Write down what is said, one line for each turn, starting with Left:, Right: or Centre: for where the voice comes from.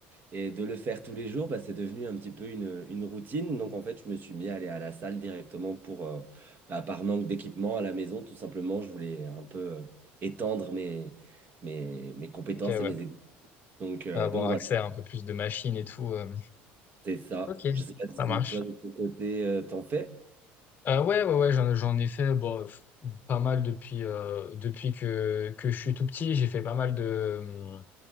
Right: Et de le faire tous les jours, bah, c'est devenu un petit peu une, une routine. Donc en fait, je me suis mis à aller à la salle directement pour, euh, bah, par manque d'équipement à la maison. Tout simplement, je voulais un peu... euh, étendre mes, mes, mes compétences
Left: Ok, ouais.
Right: et mes aides. Donc, euh,
Left: Avoir
Right: donc voilà,
Left: accès à un peu plus de machines et tout. euh,
Right: c'est ça.
Left: Ok,
Right: Je sais pas
Left: ça
Right: si
Left: marche.
Right: toi, de ton côté, euh, t'en fais.
Left: Euh, ouais, ouais, ouais, j'en, j'en ai fait bon, pff, pas mal depuis, euh, depuis que, que je suis tout petit. J'ai fait pas mal de,